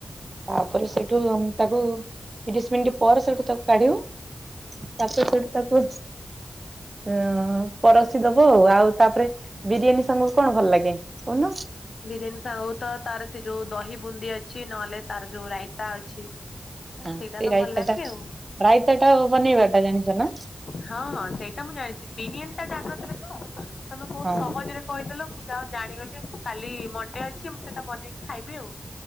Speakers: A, on the right; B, on the left.
A: ତାପରେ ସେଇଠୁ ତାକୁ ତିରିଶ ମିନିଟ ପରେ ସେଠୁ ତାକୁ କାଢିବ। ତାପରେ ସେଇଠୁ ତାକୁ ଅ ପରଶୀ ଦବ ଆଉ। ଆଉ ତାପରେ ବିରିୟାନୀ ସାଙ୍ଗକୁ କଣ ଭଲ ଲାଗେ କହୁନ?
B: ବିରିୟାନୀ ସାଙ୍ଗକୁ ତ ତାର ସେ ଯୋଉ ଦହି ବୁନ୍ଦି ଅଛି ନହେଲେ ତାର ଯୋଉ ରାଇତା ଅଛି।
A: ହଁ
B: ସେଇଟା
A: ସେ
B: ତ
A: ରାଇତା
B: ଭଲ ଲାଗେ
A: ଟା
B: ଆଉ
A: ରାଇତା ଟା ବନେଇବାଟା ଜାଣିିଛ ନା?
B: ହଁ ହଁ ସେଇଟା ମୁଁ ଜାଣିଛି ବିରିୟାନୀ ଟା ଜାଣିନଥିଲେ ତ ତମେ ବହୁତ
A: ହଁ
B: ସହଜରେ କହିଦେଲ ମୁଁ ଯାହା ଜାଣିଗଲି ମୁଁ କାଲି ମଣ୍ଡେ ଅଛି ମୁଁ ସେଟା ବନେଇକି ଖାଇବି ଆଉ।